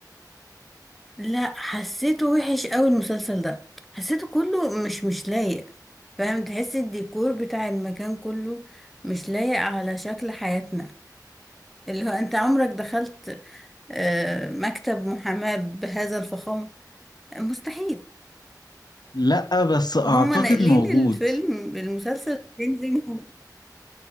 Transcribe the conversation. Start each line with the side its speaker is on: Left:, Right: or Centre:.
Centre: لا حسيته وحش قوي المسلسل ده حسيته كله مش مش لايق فاهم تحس الديكور بتاع المكان كله مش لايق على شكل حياتنا اللي هو انت عمرك دخلت آه، مكتب محاماة بهذا الفخامة مستحيل
Left: لأ بس أعتقد
Centre: هم ناقلين
Left: موجود
Centre: الفيلم المسلسل التاني زي ما هو